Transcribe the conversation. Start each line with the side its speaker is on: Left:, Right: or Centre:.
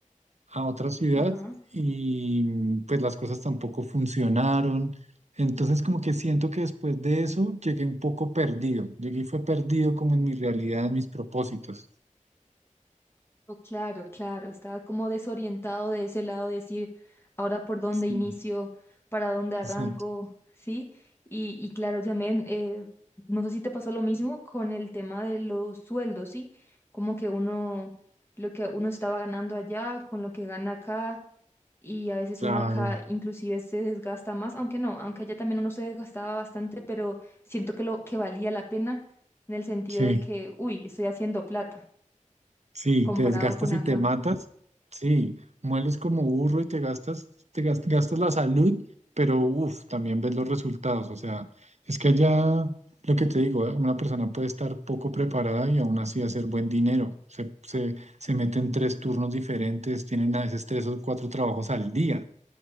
Right: a otra ciudad
Left: ajá.
Right: y mm, pues las cosas tampoco funcionaron. Entonces como que siento que después de eso llegué un poco perdido, llegué y fue perdido como en mi realidad, en mis propósitos.
Left: Oh, Claro, claro, estaba como desorientado de ese lado, de decir, ahora por dónde
Right: Sí,
Left: inicio, para dónde arranco,
Right: exacto,
Left: ¿sí? Y, y claro, también, eh, no sé si te pasó lo mismo con el tema de los sueldos, ¿sí? Como que uno, lo que uno estaba ganando allá con lo que gana acá, y a veces
Right: claro,
Left: uno acá inclusive se desgasta más, aunque no, aunque allá también uno se desgastaba bastante, pero siento que lo que valía la pena en el sentido
Right: sí.
Left: de que, uy, estoy haciendo plata
Right: Sí,
Left: comparado
Right: te desgastas
Left: con
Right: y
Left: acá.
Right: te matas. Sí, mueles como burro y te gastas, te gas- gastas la salud, pero uff, también ves los resultados. O sea, es que allá, lo que te digo, eh, una persona puede estar poco preparada y aún así hacer buen dinero. Se, se, se meten tres turnos diferentes, tienen a veces tres o cuatro trabajos al día.